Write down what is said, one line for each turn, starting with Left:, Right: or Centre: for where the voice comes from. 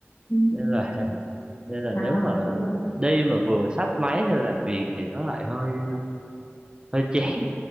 Left: Ừ.
Right: nên là nên là
Left: À,
Right: nếu mà
Left: hiểu rồi.
Right: đi mà vừa xách máy theo làm việc thì nó lại hơi hơi chán <laughs>